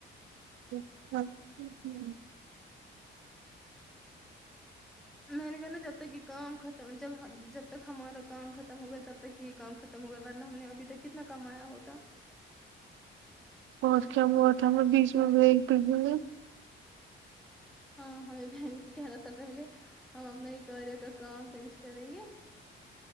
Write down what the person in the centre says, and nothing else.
میں نے کہا نا جب تک کہ کام ختم جب جب تک ہمارا کام ختم ہو گیا تب تک یہ کام ختم ہو گیا ورنہ ہم نے ابھی تک کتنا کمایا ہوتا
ہاں ہمیں بینک جانا تھا پہلے ہم اپنا ہی کاریا کا کام فنش کریں گے